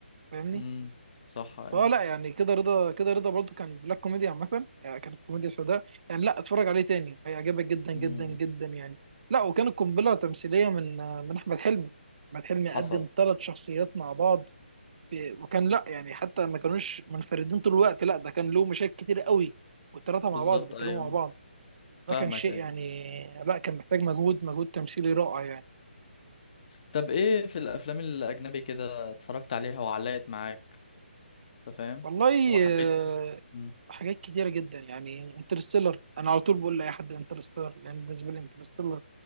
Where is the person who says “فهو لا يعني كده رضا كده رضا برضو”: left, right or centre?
Right